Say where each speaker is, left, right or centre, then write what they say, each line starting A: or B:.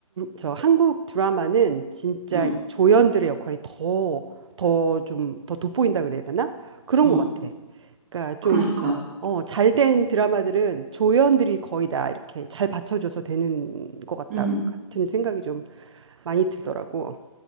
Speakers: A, on the right; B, on the right.
A: 저 한국 드라마는 진짜
B: 응,
A: 이 조연들의 역할이 더 더 좀 더 돋보인다 그래야 되나? 그런
B: 응
A: 것 같아. 그러니까 좀
B: 그러니까,
A: 어, 잘된 드라마들은 조연들이 거의 다 이렇게 잘 받쳐줘서 되는 것 같다
B: 응
A: 같은 생각이 좀 많이 들더라고.